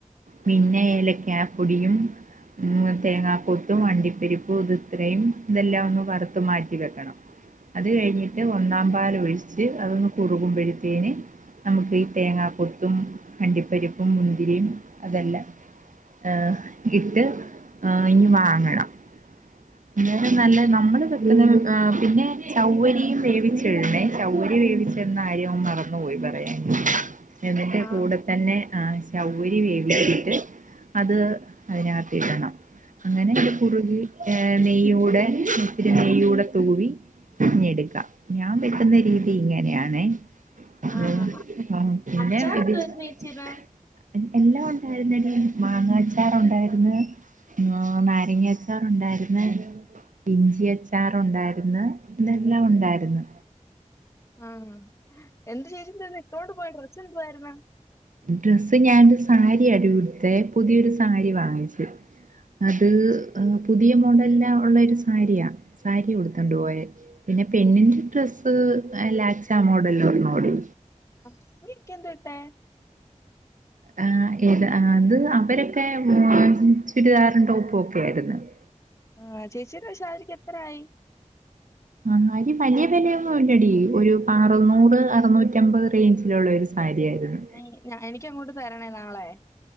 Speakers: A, on the right; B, on the left.
A: പിന്നെ ഏലക്കാ പൊടിയും ഉം തേങ്ങാകൊത്തും അണ്ടിപ്പരിപ്പും ഇത് ഇത്രേം ഇതെല്ലാം ഒന്ന് വറുത്ത് മാറ്റി വെക്കണം അത് കഴിഞ്ഞിട്ട് ഒന്നാം പാല് ഒഴിച്ച് അതൊന്ന് കുറുകുമ്പഴ്ത്തേന് നമുക്ക് ഈ തേങ്ങാ കൊത്തും അണ്ടിപ്പരിപ്പും മുന്തിരിയും അതെല്ലാം ഏഹ്. ഇട്ട് ആ ഇഞ്ഞ് വാങ്ങണം. പിന്ന നല്ല നമ്മള് <unintelligible> പിന്നെ ചൗവ്വരീം വേവിച്ച്ടണേ. ചവ്വരി വേവിച്ച്ട്ണ കാര്യം മറന്നുപോയി പറയാൻ. ഇതിന്റെ
B: ആഹ്
A: കൂടത്തന്നെ ആഹ് ചൗവരി വേവിച്ച്ട്ട് - അത് അതിനത്തിടണം. അങ്ങനെ ഇത് കുറുകി ഏ.. നെയ്യൂടെ ഇത്തിരി നെയ്യൂടെ തൂവി- ങ്ങെട്ക്കാം. ഞാൻ വെക്ക്‌ന്ന രീതി ഇങ്ങനേ ആണെ. <unintelligible>
B: ആഹ് ആഹ് അച്ചാർ എന്തുവായിരുന്നു ചേച്ചി ഇന്ന്?
A: എല്ലാം ഒണ്ടായിരുന്നെടീ മാങ്ങാച്ചാറൊണ്ടാര്ന്ന് ങ്.. നാരങ്ങാ അച്ചാറൊണ്ടാര്ന്ന് ഇഞ്ചി അച്ചാറ് ഒണ്ടാര്ന്ന് ഇതെല്ലാം ഒണ്ടാര്ന്ന്.
B: ആഹ് എന്ത് ചേച്ചി എന്താര്ന്നു ഇട്ടോണ്ട് പോയ ഡ്രസ്സെന്തുവാര്ന്നു?
A: ഡ്രസ്സ് ഞാാനൊരു സാരിയാടി ഉട്ത്തെ പുതിയൊരു സാരി വാങ്ങിച്ചു. അത് പുതിയ മോഡല് ഒള്ളൊര് സാരിയാ സാരി ഉടുത്തോണ്ട് പോയെ. പിന്നെ പെണ്ണിന്റെ ഡ്രസ്സ് ആ ലാച്ചാ മോഡലൊന്നൂടി.
B: ആഹ് അപ്പ ഇക്കെന്താ ഇട്ടേ?
A: ആഹ് ഏത് ആഹ് അത് അവരൊക്കെ ചുരിദാറും ടോപ്പും ഒക്കെ ആയിര്ന്നു. <inaudible>
B: ആഹ് ചേച്ചീടെ സാരിക്ക് എത്രായി?
A: സാരി വലിയ വെലയൊന്നും ഇല്ലടി ഒരു അറുന്നൂറ് അറുന്നൂറ്റമ്പത് റേഞ്ചിലൊള്ളൊര് സാരിയായിരുന്നു.
B: ഏഹ് എനിക്കങ്ങോട്ട് തരണേ നാളെ.